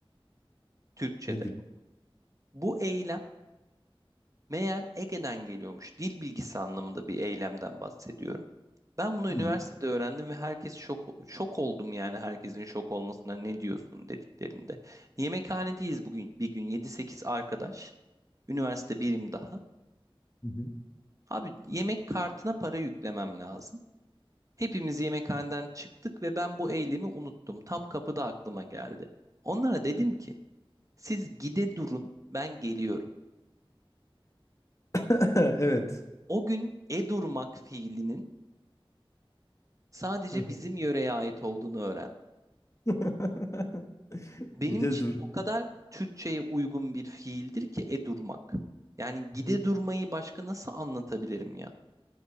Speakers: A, on the right; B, on the left.
A: Türkçe'de.
B: Nedir o?
A: Bu eylem Meğer Ege'den geliyormuş. Dil bilgisi anlamında bir eylemden bahsediyorum. Ben bunu
B: Hı.
A: üniversitede öğrendim ve herkes şok, şok oldum yani herkesin şok olmasına ne diyorsun dediklerinde. Yemekhanedeyiz bugün bir gün yedi sekiz arkadaş. Üniversite birim daha.
B: Hı hı.
A: Abi yemek kartına para yüklemem lazım. Hepimiz yemekhaneden çıktık ve ben bu eylemi unuttum. Tam kapıda aklıma geldi. Onlara dedim ki siz gide durun ben geliyorum.
B: <laughs> Evet.
A: O gün e durmak fiilinin Sadece
B: Hı hı.
A: bizim yöreye ait olduğunu öğren.
B: <laughs>
A: Benim
B: Gide
A: için
B: dur.
A: o kadar Türkçe'ye uygun bir fiildir ki e durmak. Yani gide
B: Hı hı.
A: durmayı başka nasıl anlatabilirim ya?